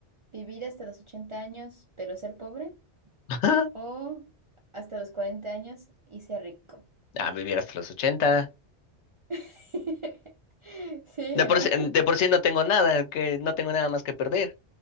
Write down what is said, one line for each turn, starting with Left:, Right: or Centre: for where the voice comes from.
Right: ¿Vivir hasta los 80 años pero ser pobre?
Left: <laughs>
Right: ¿O hasta los cuarenta años y ser rico?
Left: Ah, vivir hasta los 80.
Right: <laughs> Sí,
Left: De
Right: era.
Left: por sí, de por sí no tengo nada, que no tengo nada más que perder.